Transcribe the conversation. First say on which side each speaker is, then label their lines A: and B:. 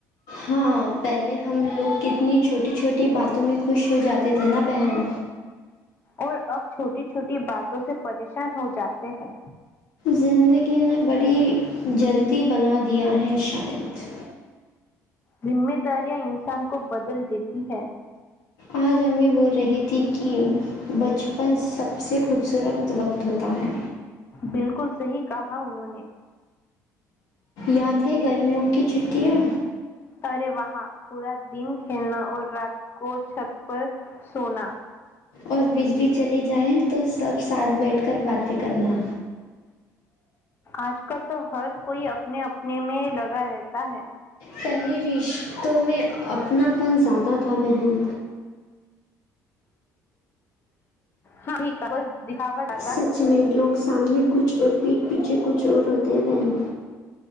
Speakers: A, on the left; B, on the left.
A: ہاں پہلے ہم کتنی چھوٹی چھوٹی باتوں میں خوش ہو جاتے تھے نا بہن
B: اور اب چھوٹی چھوٹی باتوں سے پریشان ہو جاتے ہیں
A: زندگی نے بڑی جلدی بنا دیا ہے شاید
B: ذمہ داریاں انسان کو بدل دیتی ہیں
A: آج ہمب میں بول رہی تھی کہ بچپن سب سے خوبصورت وقت ہوتا ہے
B: بالکل صحیح کہا انہوں نے
A: یاد ہے گرمیوں کی چھٹیاں
B: ارے وہاں پورا دن کھیلنا اور رات کو چھت پر سونا
A: اور بجلی چلی جائے تو سب ساتھ بیٹھ کر باتیں کرنا
B: آج کل تو ہر کوئی اپنے اپنے میں لگا رہتا ہے
A: پہلے رشتوں میں اپناپن زیادہ تھا بہن
B: ہاں ٹھیک ہے بس دکھاوا زیادہ
A: سچ
B: ہے
A: میں لوگ سامنے کچھ اور پیھ پیچھے کچھ اور ہوتے ہیں بہن